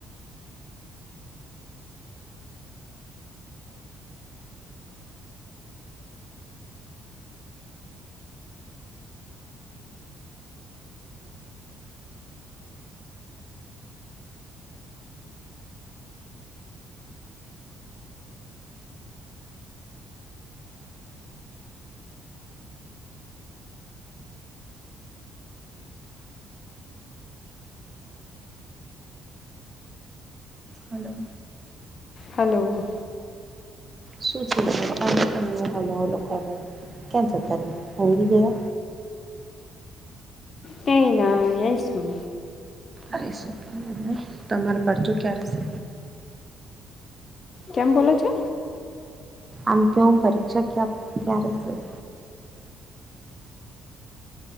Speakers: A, on the right; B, on the left.
A: હલો.
B: હલો.
A: શું છે, તમે હું હાલો હાલો કરો કરો ક્યાં જતા રહ્યા.
B: કાયના. એશું.
A: અસ તમારું પાચું ક્યારેંશે.
B: કેમ બોલો છો.
A: આમ કું પરીક્ષા ક્યા ક્યારેશે.